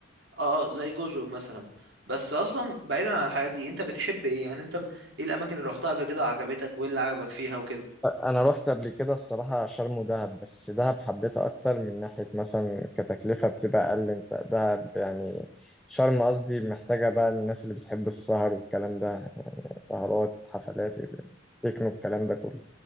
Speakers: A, on the right (about 65°); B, in the centre.
A: اه آه، زي جزر مثلا بس اصلا بعيدا عن الحاجات دي انت بتحب ايه يعني انت م- ايه الاماكن اللي رحتها قبل كده وعجبتك وايه اللي عجبك فيها وكده
B: انا رحت قبل كده الصراحه شرم ودهب بس دهب حبيتها اكتر من ناحيه مثلا كتكلفه بتبقى اقل انت دهب يعني شرم قصدي محتاجه بقى الناس اللي بتحب السهر والكلام ده سهرات حفلات تكنو الكلام ده كله